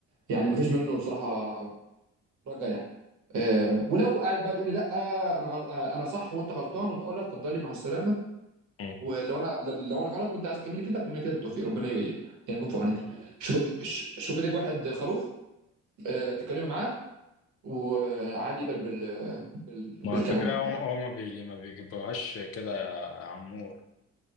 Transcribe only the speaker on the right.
يعني ما فيش منه بصراحه رجع يعني آه، ولو قاعد بقى تقول لي لا انا غل... آه، انا صح وانت غلطان وبتقول لا اتفضلي مع السلامه
ولو انا لو انا غلط وانت عايز اكمل كده اكمل كده بالتوفيق ربنا ي- يعني يكون في عونك شوف ش- شوفي لك واحد خروف آه، تتكلمي معاه وعادي يقبل بال... بال... بالكلام
ده